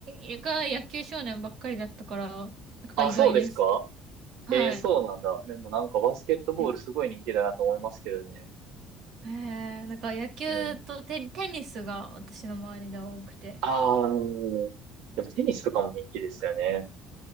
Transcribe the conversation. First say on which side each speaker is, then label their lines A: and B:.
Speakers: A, on the right; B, on the right.
A: りが野球少年ばっかりだったから、なんか意外です。
B: あ、そうですか
A: はい。
B: えー、そうなんだ。でもなんかバスケットボールすごい人気だなと思いますけどね。
A: やへえ、なんか野球とテ、
B: うん。
A: テニスが私の周りで多くて。
B: ああ、うん。でもテニスとかも人気ですよね。